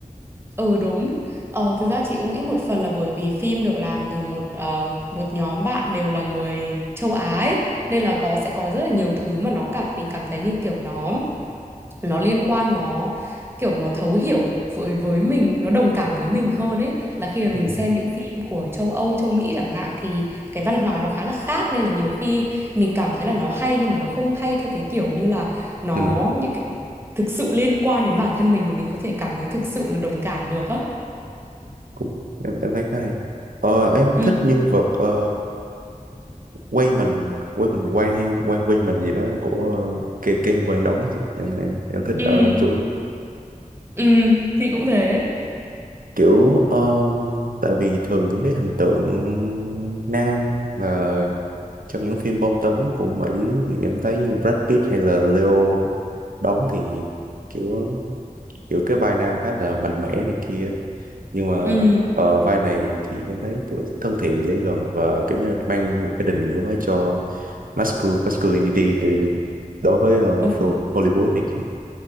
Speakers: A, on the right (about 15°); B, on the right (about 80°).
A: ừ đúng ờ, thực ra chị cũng nghĩ một phần là bởi vì phim được làm từ một ờ, một nhóm bạn đều là người châu Á ấy, nên là có sẽ có rất là nhiều thứ mà nó cảm mình cảm thấy như kiểu nó nó liên quan nó kiểu nó thấu hiểu với với mình nó đồng cảm với mình hơn ấy là khi mà
B: vậy
A: mình xem những phim của châu Âu châu Mỹ chẳng hạn thì cái văn hóa nó khá là khác nên là nhiều khi mình cảm thấy là nó hay nhưng mà nó không hay theo cái kiểu như là nó
B: Ừ,
A: như kiểu thực sự liên quan đến bản thân mình mà mình có thể cảm thấy thực sự là đồng cảm được á
B: cũng, em, em thấy khá hay. Ờ, em
A: ừ
B: thích nhân vật ờ, quay mình quay mình quan hay quan quay mình gì đó của ờ, kê kê quan đóng chị. em em em thích
A: ừ
B: ờ, ông chú
A: ừ thì cũng thế
B: kiểu ờ, tại vì thường những cái hình tượng nam mà trong những phim bom tấn của Mỹ thì em thấy như Brad Pitt hay là Leo đóng thì kiểu kiểu cái vai nam khá là mạnh mẽ này kia nhưng mà
A: ừ
B: ờ, vai này thì em thấy tuổi thân thiện dễ gần và kiểu như là mang một cái định nghĩa mới cho mascul masculinity thì đối với ờ,
A: ừ
B: phim Hollywood này kia